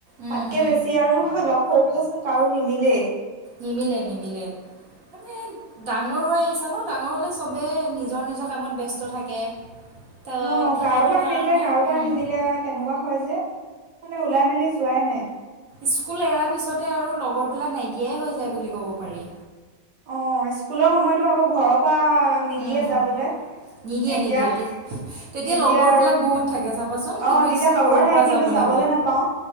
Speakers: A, on the right; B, on the right.
A: উম,
B: তাতকে
A: উম,
B: বেছি আৰু লগ কৰিবলৈচোন কাৰো নিমিলেই
A: নিমিলে নিমিলে মানে ডাঙৰ হৈ আহিছে ন ডাঙৰ হ'লে চবেই নিজৰ নিজৰ কামত ব্যস্ত থাকে তো
B: অ কাৰোবাৰ
A: সেইটো কাৰণে
B: মিলিলে কাৰোবাৰ
A: উম,
B: নিমিলে তেনেকুৱা হয় যে মানে ওলাই মেলি যোৱাই নাই
A: স্কুল এৰাৰ পিছতে আৰু লগৰবিলাক নাইকিয়াই হৈ যায় বুলি ক'ব পাৰি
B: অ স্কুলৰ সময়তো আকৌ ঘৰৰ পৰা নিদিয়ে
A: উম,
B: যাবলে
A: নিদিয়ে
B: এতিয়া
A: নিদিয়ে তে তেতিয়া
B: এতিয়া
A: লগৰবিলাক
B: আৰু
A: বহুত থাকে চাবাচোন
B: অ
A: কিন্তু
B: তেতিয়া লগৰ
A: ঘৰৰ
B: থাকে
A: পৰা
B: কিন্তু
A: যাব
B: যাবলে
A: নিদিয়ে।
B: নাপাও